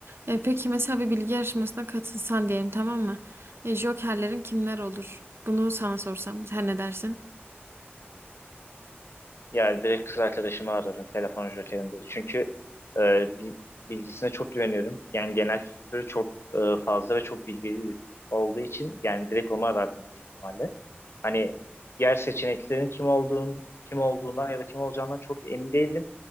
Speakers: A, on the right; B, on the left.
A: E, peki mesela bir bilgi yarışmasına katılsan diyelim tamam mı? E, jokerlerin kimler olur? Bunu sana sorsam sen ne dersin?
B: Yani direkt kız arkadaşımı ararım telefon jokerinde. Çünkü e, bi- bilgisine çok güveniyorum. Yani genel kültürü çok e, fazla ve çok bilgili olduğu için yani direkt onu arardım büyük ihtimalle. Hani diğer seçeneklerin kim olduğunu, kim olduğundan ya da kim olacağından çok emin değilim.